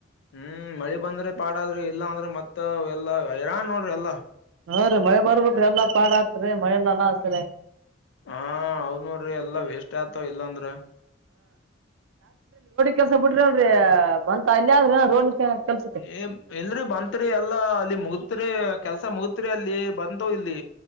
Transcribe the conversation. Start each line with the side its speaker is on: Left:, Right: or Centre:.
Left: ಹ್ಮ್ ಮಳಿ ಬಂದ್ರಿ ಪಾಡ ಆದ್ರಿ ಇಲ್ಲಾ ಅಂದ್ರೆ ಮತ್ ಎಲ್ಲಾ ಹೈರಾಣ ನೋಡ್ರಿ ಎಲ್ಲಾ
Right: ಹಾ ರೀ ಮಳೆ ಬರ್ಬೇಕ್ರ ಎಲ್ಲ ಪಾಡ್ ಹತ್ ರೀ ಮಳೆಲ್ಲಲ್ಲಾ ಆತ
Left: ಹಾ ಹೌದನೂಡ್ರಿ ಎಲ್ಲಾ ವೇಸ್ಟ್ ಆತವ ಇಲ್ಲಾಂದ್ರ
Right: ಕೆಲಸ ಬಿಟ್ರಿ ಅಲ್ರಿ ಬಂತ ಅಲ್ಲಿ ಆದ್ರೆ ರೋಡ್ ಕೆಲ್ಸ
Left: ಏ ಎಲ್ರಿ ಬತ್ರಿ ಎಲ್ಲಾ ಅಲ್ಲಿ ಮುಗತ್ರಿ ಕೆಲ್ಸ ಮುಗತ್ರಿ ಅಲ್ಲಿ ಬಂತು ಇಲ್ಲಿ